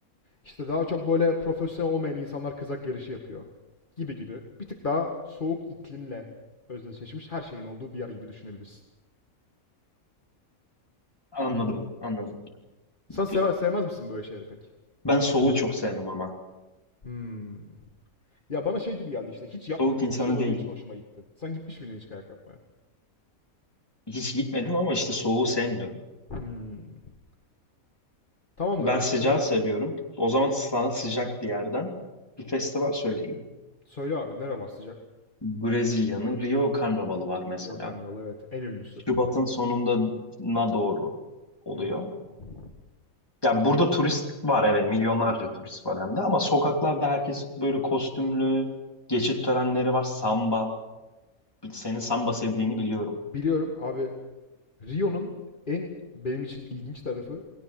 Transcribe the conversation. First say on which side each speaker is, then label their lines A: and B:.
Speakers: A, on the left; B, on the left.
A: İşte daha çok böyle profesyonel olmayan insanlar kızak yarışı yapıyor. Gibi gibi. Bir tık daha soğuk iklimle özdeşleşmiş her şeyin olduğu bir yer gibi düşünebilirsin.
B: Anladım, anladım.
A: Sen seve-
B: Ya,
A: sevmez misin böyle şeyleri pek?
B: Ben soğuğu çok sevmem ama.
A: Hmm. Ya bana şey gibi geldi işte hiç
B: Soğuk
A: yapmadığım
B: insanı
A: bir şey olduğu
B: değilim.
A: için hoşuma gitti. Sen gitmiş miydin hiç kayak yapmaya?
B: Hiç gitmedim ama işte soğuğu sevmiyorum.
A: Hmm. Tamamdır
B: Ben
A: abi.
B: sıcağı
A: O zaman
B: seviyorum. O zaman sana sıcak bir yerden bir festival söyleyeyim.
A: söyle abi nere var sıcak?
B: Brezilya'nın Rio Karnavalı var mesela.
A: Rio Karnavalı evet en ünlüsü.
B: Şubat'ın sonuna doğru oluyor.
A: Hmm.
B: Yani burada turist var evet milyonlarca turist var hem de ama sokaklarda herkes böyle kostümlü, geçit törenleri var, samba. Senin samba sevdiğini biliyorum.
A: Biliyorum abi Rio'nun en benim için ilginç tarafı